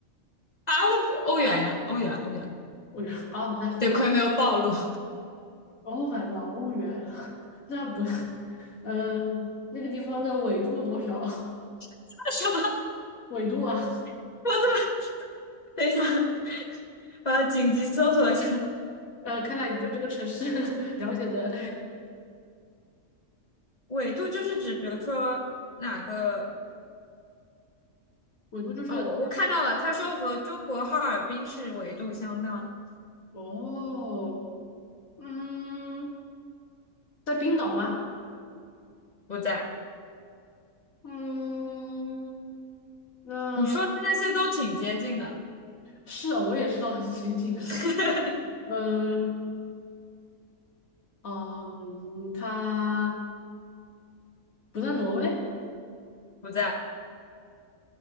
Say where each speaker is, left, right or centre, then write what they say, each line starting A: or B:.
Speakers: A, on the left; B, on the left.
A: 啊，那欧元呀，欧元，欧元，
B: 欧元哦，那可太
A: 得亏没有暴露。
B: 哦，反正欧元，<laughs> 那不是，嗯、呃那个地方的纬度多少？
A: <laughs> 什么？我
B: <laughs> 纬度啊，
A: 怎么？<laughs> 等一下，<laughs> 我要紧急搜索一下。
B: 呃，看来你对这个城市 <laughs> 了解的
A: 纬度就是指，比如说哪个？
B: <laughs> 纬度就是
A: 哦，我我看到了，他说和中国哈尔滨市纬度相当，
B: 哦，嗯，在冰岛吗？
A: 不在。
B: 嗯，那。
A: 你说的那些都挺接近的，
B: 是啊，我也知道很先进啊。
A: <laughs>
B: 嗯嗯，他不在挪威。
A: 不在。